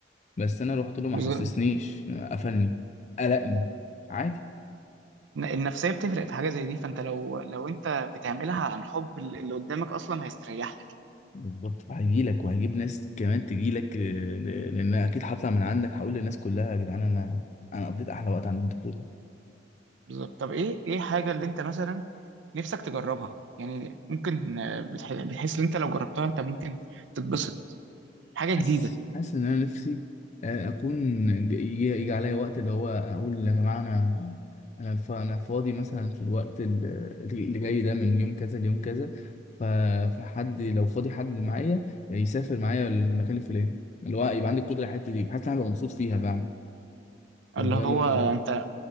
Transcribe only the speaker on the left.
بس انا رحت له ما
حسسنيش قفلني قلقني عادي
بالظبط هيجي لك وهجيب ناس كمان تجي لك لان اكيد هطلع من عندك هقول للناس كلها يا جدعان انا انا قضيت احلى وقت عند الدكتور ده
حاسس حاسس ان انا نفسي آه، اكون ج- يجي يجي عليا وقت اللي هو اقول يا جماعه انا انا ف- انا فاضي مثلا في الوقت ال- اللي جاي ده من يوم كذا ليوم كذا ف- فحد لو فاضي حد معايا يسافر معايا المكان الفلاني اللي هو يبقى عندي القدره على الحته دي حاسس ان انا هبقى مبسوط فيها بقى طب
يلا
بينا نجرب